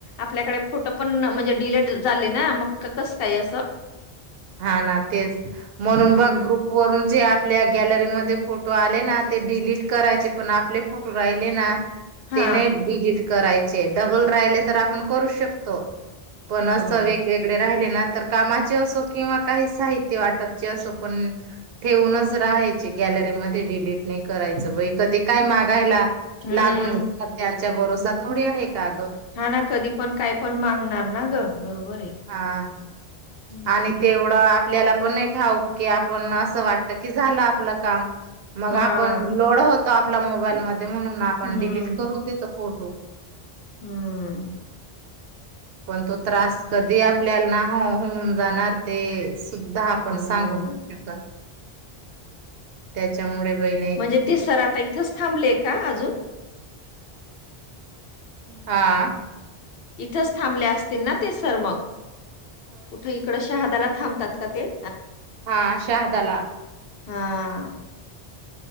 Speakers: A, on the left (about 70°); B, on the right (about 70°).
A: आपल्याकडे फोटो पण म्हणजे डिलीट झाले ना मग कसं काय असं
B: हां ना तेच म्हणून
A: हम्म
B: बघ ग्रुपवरून जे आप ल्या गॅलरीमध्ये फोटो आले ना ते डिलीट करायचे, पण आपले फोटो राहिले ना
A: हा
B: ते नाही डिलीट करायचे डबल राहिले तर आपण करू शकतो. पण
A: ह
B: असं वेगवेगळे राहिले ना तर कामाचे असो किंवा काही साहित्य वाटपचे असो, पण ठेवूनच राहायचे गॅलरीमध्ये डिलीट नाही करायचं बाई कधी काय माग गायला
A: हम्म
B: लागून <unintelligible> त्यांचा भरोसा थोडी आहे का गं?
A: हा ना कधी पण काय पण मागणार ना ग बरोबर आहे.
B: हां
A: हम्म.
B: आणि तेवढं आपल्याला पण नाही ठाऊक की आपण असं वाटतं की झालं आपलं काम मग
A: हा
B: आपण लोड होतो आपल्या मोबाईलमध्ये म्हणून आपण
A: हम्म
B: डिलीट करून देतो. फोटो.
A: हम्म.
B: पण तो त्रास कधी आपल्याला ना हं हू होऊन जाणार ते. सुद्धा आपण
A: हम्म
B: सांगू नाय शकत. त्याच्यामुळे. बहिणी
A: म्हणजे ते सर आता इथंच थांबले का अजून?
B: हां.
A: इथंच थांबल्या असतील ना ते सर मग? कुठे इकड शहादाला थांबतात. <unintelligible>
B: हा शहादाला.
A: हां.